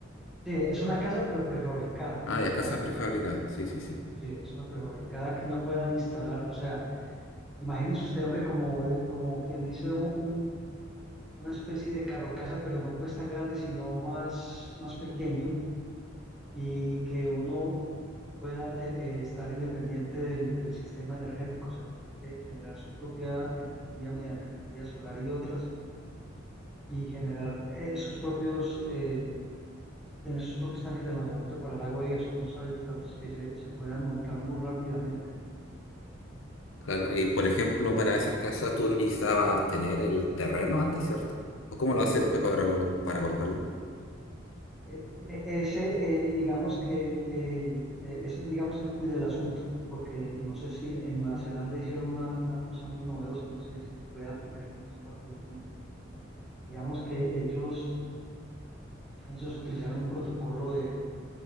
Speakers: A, in the centre; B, on the left (about 80°).
A: Sí, es una casa pero prefabricada,
B: Ah, ya,
A: o sea,
B: casas prefabricadas. Sí, sí, sí.
A: sí, es una prefabricada que uno pueda instalar, o sea, imagínese usted, hombre, como, de- como quien dice un, una especie de carro casa, pero no pues tan grande, sino más, más pequeño y que uno pueda te- eh, estar independiente del, del sistema energético, o sea, energe- eh, generar su propia energía mediante energía solar y otras, y generar eh, sus propios, eh, tener sus propios tanques de almacenamiento para el agua y eso, unos hábitats que se, se puedan montar muy rápidamente.
B: Claro. Y por ejemplo, para esas casas tú necesitabas tener el terreno antes, ¿cierto? ¿O cómo lo haces después para, col- para colocarla?
A: Eh, ese, eh, digamos que el, eh, ese es, digamos, el cuide del asunto, porque no sé si en Nueva Zelanda hicieron una, una cosa muy novedosa, no sé si se puede aplicar en otras partes del mundo. Digamos que ellos, ellos utilizaron un protocolo de,